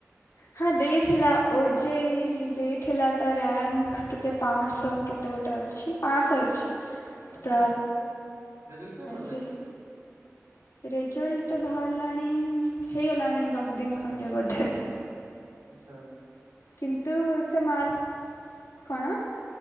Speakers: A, on the left (about 80°); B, on the right (about 85°).
A: ହଁ ଦେଇଥିଲା ଓଜେଇ ଦେଇଥିଲା ତା ରାଙ୍କ କେତେ ପାଞ୍ଚଶହ କେତେ ଗୋଟେ ଅଛି। ପାଆଶହ ଅଛି।
B: ଆଛା
A: ତ
B: ରେଜଲ କେ ଭାଲା
A: ସେ
B: କି?
A: ରେଜଲ୍ଟ ବାହାରିଲାଣି ହେଇଗଲାଣି ଦଶ ଦିନ ଖଣ୍ଡେ ବୋଧେ।
B: ଆଛା।
A: କିନ୍ତୁ ସେ ମାର୍କ କଣ।